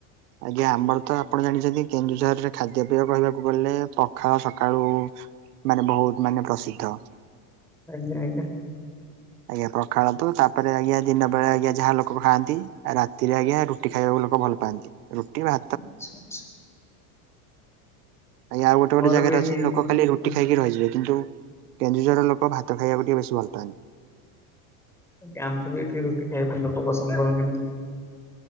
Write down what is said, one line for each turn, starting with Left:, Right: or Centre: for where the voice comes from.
Right: ଆଜ୍ଞା ଆମର ତ ଆପଣ ଜାଣିଛନ୍ତି କେନ୍ଦୁଝରରେ ଖାଦ୍ୟ ପେୟ କହିବାକୁ ଗଲେ ପଖାଳ ସକାଳୁ ମାନେ ବହୁତ ମାନେ ପ୍ରସିଦ୍ଧ।
Centre: ଆଜ୍ଞା ଆଜ୍ଞା।
Right: ଆଜ୍ଞା ପଖାଳନ୍ତୁ ତା ପରେ ଆଜ୍ଞା ଦିନ ବେଳେ ଆଜ୍ଞା ଯାହା ଲୋକ ଖାନ୍ତି ରାତିରେ ଆଜ୍ଞା ରୁ ରୁଟି ଖାଇବାକୁ ଲୋକ ଭଲ ପାଆନ୍ତି। ରୁଟି ଭ
Centre: <inaudible>
Right: ଆଜ୍ଞ ଆଉ ଗୋଟେ ଗୋଟେ
Centre: ଆମର
Right: ଜାଗାରେ
Centre: ବି ଏଠି
Right: ଅଛି ଲୋକ ଖାଲି ରୁ
Centre: ହଁ
Right: ଟି ଖାଇକି ରହିଯିବେ କିନ୍ତୁ କେନ୍ଦୁଝର ଲୋକ ଭାତ ଖାଇବାକୁ ଟିକେ ବେଶୀ ଭଲ ପାଆନ୍ତି।
Centre: ହଁ ଆମ ତ ଏଠି କେହି ରୁଟି ଖାଇବା ପାଇଁ ଲୋକ ପସନ୍ଦ କରନ୍ତିନି।